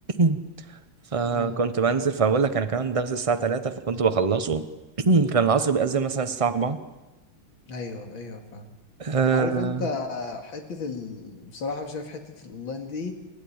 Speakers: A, on the right; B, on the left.
A: <clears throat> فكنت
B: امم
A: بنزل فبقول لك انا كمان درس الساعه 3 فكنت بخلصه <clears throat> كان العصر بيأذن مثلا الساعه 4
B: ايوه ايوه فاهم
A: أه...
B: عارف انت حتة ال... بصراحة شايف حتة الاونلاين دي